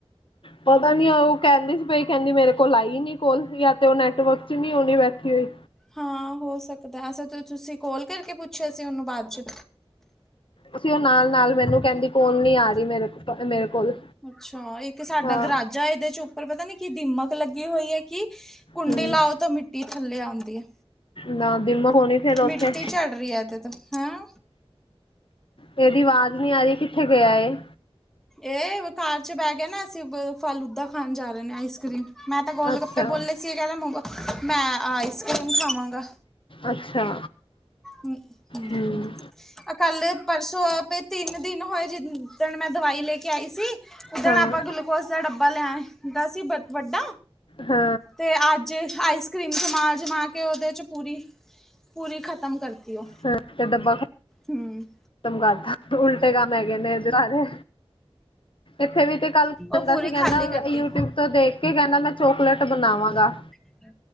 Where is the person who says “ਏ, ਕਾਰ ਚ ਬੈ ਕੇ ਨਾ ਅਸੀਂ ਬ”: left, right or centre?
Centre